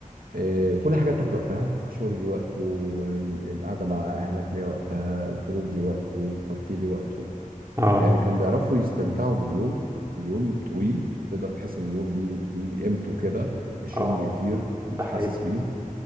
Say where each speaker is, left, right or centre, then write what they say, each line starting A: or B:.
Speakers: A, on the right (about 85°); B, on the right (about 20°).
A: إيه، كل حاجه بتاخد وقتها الشغل ليه وقته القعده مع اهلك ليه وقتها الخروج ليه وقته الترفيه ليه وقته
B: اه
A: يعني كان بيعرفوا يستمتعوا باليوم اليوم طويل تقدر تحس ان اليوم ليه ليه قيمته كده مش
B: اه
A: يوم بيطير مش
B: ده حقيقي
A: حاسس بيه